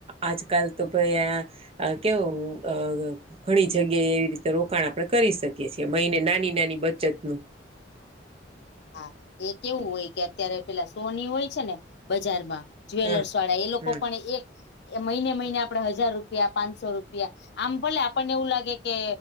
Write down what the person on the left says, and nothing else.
હા એ કેવું હોય કે અત્યારે પેલા સોની હોય છે ને બજારમાં જ્વેલર્સ
વાળા એ લોકો
પણ એક, એ મહિને મહીને આપડે હજાર રૂપિયા પાંચસો રુપિયા આમ ભલે આપણને એવું લાગે કે,